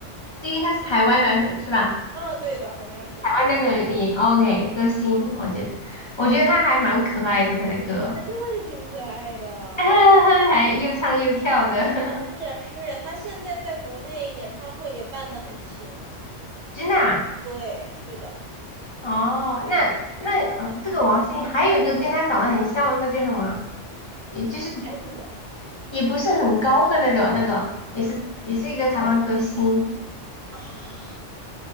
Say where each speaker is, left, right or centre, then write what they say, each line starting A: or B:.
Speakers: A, on the left (about 35°); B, on the right (about 85°).
A: 因为他是台湾的，是吧？
B: 啊，对的，好像是，
A: 台湾那个也 OK 歌星，我觉得我觉得他还蛮可爱的，他的歌
B: 他就是挺可爱的。
A: <laughs> 还又唱又跳的，
B: 是呀，是呀，他现在在国内演唱会也办的很勤。
A: <laughs> 真的啊？
B: 对，是的，
A: 哦，那那呃，这个王心凌还有一个跟他长得很像的，那叫什么？也就是
B: 这样的
A: 也不是很高的那种，那个也是也是一个台湾歌星。
B: 啊，